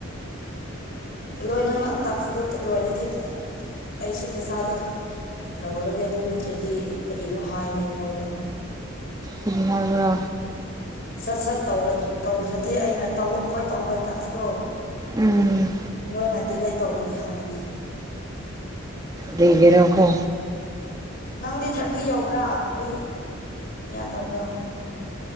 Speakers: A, on the left; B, on the right.
A: ꯂꯣꯏꯅꯃꯛ ꯇ ꯂꯣꯏꯔꯗꯤ ꯑꯩꯁꯨ ꯄꯩꯁꯥꯗꯣ ꯂꯧꯔꯒꯦ ꯑꯗꯨ ꯅꯠꯇ꯭ꯔꯗꯤ ꯀꯔꯤꯅꯣ ꯍꯥꯏꯅꯤ ꯃꯣꯏꯗꯣ
B: ꯕꯤꯍꯥꯗ
A: ꯁꯠ ꯁꯠ ꯇꯧꯗ꯭ꯔꯗꯤ ꯑꯩꯅ ꯑꯩꯈꯣꯏ ꯇꯧꯕ ꯇꯥꯛꯗꯣ
B: ꯎꯝ
A: ꯂꯣꯏꯅ ꯗꯤꯂꯦ ꯇꯧꯒꯅꯤ ꯍꯥꯏꯅꯤ
B: ꯂꯩꯒꯔꯣꯀ
A: ꯅꯪꯗꯤ ꯊꯥꯔꯇꯤ ꯌꯧꯕ꯭ꯔꯥ ꯀꯔꯤ ꯏꯌꯥ ꯇꯧꯕ꯭ꯔꯥ